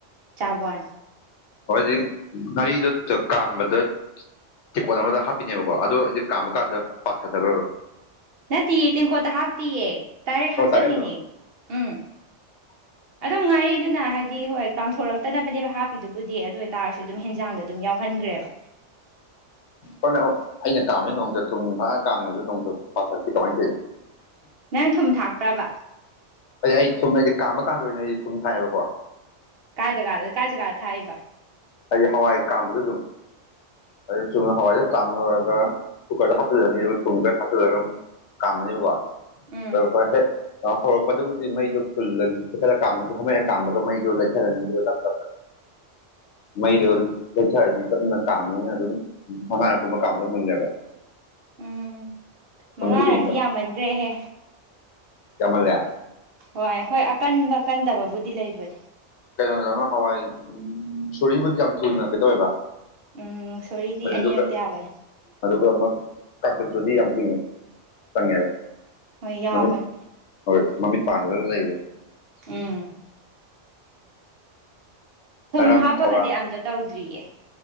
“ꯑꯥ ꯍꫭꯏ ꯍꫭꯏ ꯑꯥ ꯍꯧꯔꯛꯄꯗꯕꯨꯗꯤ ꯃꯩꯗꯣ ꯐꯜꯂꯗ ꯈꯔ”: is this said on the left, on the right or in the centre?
Left